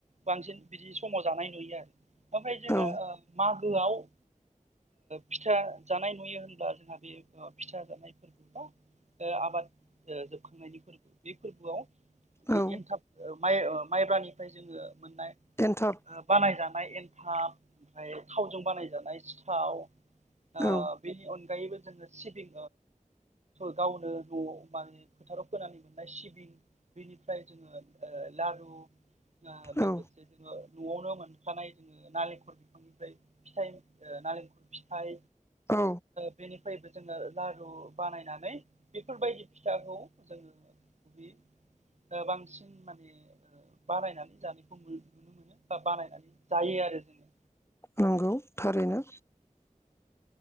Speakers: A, on the right (about 55°); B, on the left (about 20°).
A: बांसिन बिदि समाव जानाय नुयो आरो ओमफ्राय जोङो
B: औ
A: ओ माग मागोआव ओ फिथा जानाय नुयो होनब्ला जोंहा बे फिथा जानाय फोरबो बा ओ आबाद जोबखांनायनि फोरबो बे फोरबोआव
B: औ
A: एनथाब माइ माइब्रानिफ्राय जोङो मोन्नाय ओ
B: एन्थाब
A: बानाय जानाय एन थाब ओमफ्राय थावजों बानायजानाय सिथाव ओ
B: औ
A: बेनि अनगायैबो जोङो सिबिं गावनो न'आव माने फोथाराव फोनानै मोननाय सिबिं बेनिफ्राय जोङो ओ लारु लोगोसे
B: औ
A: जोङो न'आवनो मोनखानाय जोङो नालेंखर बिफांनिफ्राय फिथाइ नालेंखर फिथाइ
B: औ
A: बेनिफ्रायबो जोङो लारु बानायनानै बेफोरबायदि फिथाखौ जोङो बे बांसिन माने बानायनानै जानायखौ नुनो मोनो बा बानायनानै जायो आरो जोङो
B: नंगौ थारैनो